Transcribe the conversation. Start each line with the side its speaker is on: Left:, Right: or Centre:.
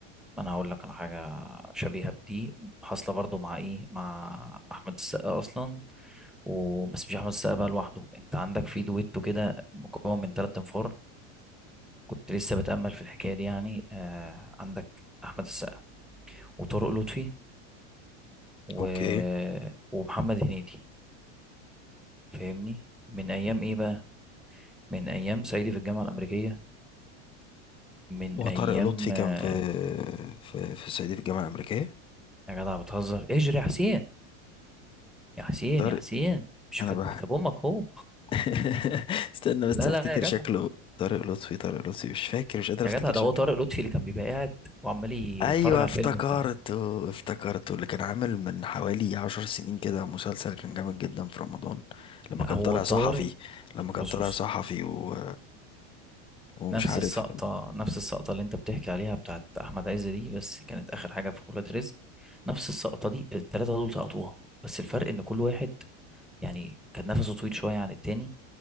Centre: انا هقول لك على حاجه شبيهه بدي حاصله برضو مع ايه مع احمد السقا اصلا وبس مش احمد السقا بقى لوحده انت عندك في دويتو كده مكون من ثلاث انفار كنت لسه بتامل في الحكايه دي يعني آه عندك احمد السقا وطارق لطفي و...
Left: اوكي
Centre: ومحمد هنيدي فاهمني من ايام ايه بقى من ايام صعيدي في الجامعه الامريكيه من
Left: هو
Centre: ايام
Left: طارق لطفي
Centre: آه
Left: كان في في في صعيدي في الجامعة الأمريكية
Centre: يا جدع بتهزر اجري يا حسين يا حسين
Left: طارق
Centre: يا حسين مش
Left: انا
Centre: كانت
Left: بح
Centre: مكتب امك هو
Left: <laughs> استنى بس
Centre: لا
Left: افتكر
Centre: لا يا جدع
Left: شكله طارق لطفي طارق لطفي مش فاكر مش قادر افتكر
Centre: يا جدع ده
Left: شكله
Centre: هو طارق لطفي اللي كان بيبقى قاعد وعمال يتفرج
Left: ايوه
Centre: على
Left: افتكرته
Centre: الفيلم بتاعه
Left: افتكرته اللي كان عامل من حوالي عشر سنين كده مسلسل كان جامد جدا في رمضان لما
Centre: لا
Left: كان
Centre: هو
Left: طالع
Centre: طارق
Left: صحفي لما كان
Centre: بص
Left: طالع
Centre: بص
Left: صحفي و... ومش
Centre: نفس
Left: عارف
Centre: السقطة نفس السقطة اللي انت بتحكي عليها بتاعت أحمد عز دي بس كانت آخر حاجة في ولاد رزق نفس السقطة دي التلاتة دول سقطوها بس الفرق إن كل واحد يعني كان نفسه طويل شوية عن التاني